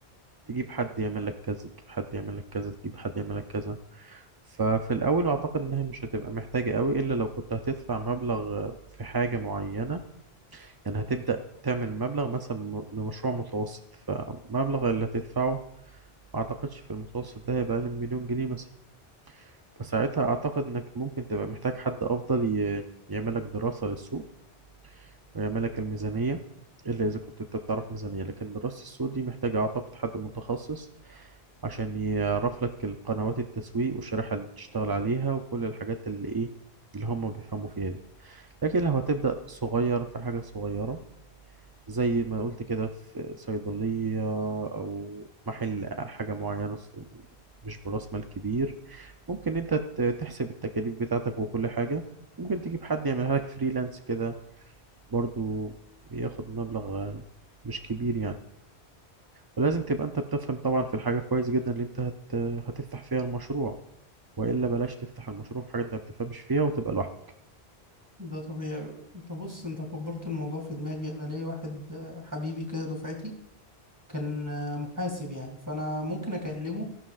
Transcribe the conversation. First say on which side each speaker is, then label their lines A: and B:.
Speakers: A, on the right; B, on the right.
A: تجيب حد يعمل لك كذا تجيب حد يعمل لك كذا تجيب حد يعمل لك كذا ففي الأول أعتقد إنها مش هتبقى محتاجة قوي إلا لو كنت هتدفع مبلغ في حاجة معينة يعني هتبدأ تعمل مبلغ مثلا م- بمشروع متوسط فمبلغ اللي هتدفعه ما أعتقدش في المتوسط ده هيبقى أقل من مليون جنيه مثلا فساعتها أعتقد إنك ممكن تبقى محتاج حد أفضل ي- يعمل لك دراسة للسوق ويعمل لك الميزانية إلا إذا كنت أنت بتعرف ميزانية لكن دراسة السوق دي محتاجة أعتقد حد متخصص عشان يعرف لك القنوات التسويق والشريحة اللي تشتغل عليها وكل الحاجات اللي إيه اللي هم بيفهموا فيها دي لكن لو هتبدأ صغير في حاجة صغيرة زي ما قلت كده في صيدلية أو محل حاجة معينة س- مش برأس مال كبير ممكن أنت ت- تحسب التكاليف بتاعتك وكل حاجة ممكن تجيب حد يعملها لك فريلانس كده برضو بياخد مبلغ آه، مش كبير يعني ولازم تبقى انت بتفهم طبعا في الحاجة كويس جدا اللي انت هت... هتفتح فيها المشروع وإلا بلاش تفتح المشروع في حاجة انت ما بتفهمش فيها وتبقى لوحدك
B: ده طبيعي انت بص انت كبرت الموضوع في دماغي انا ليا واحد آه، حبيبي كده دفعتي كان آه، محاسب يعني فانا ممكن اكلمه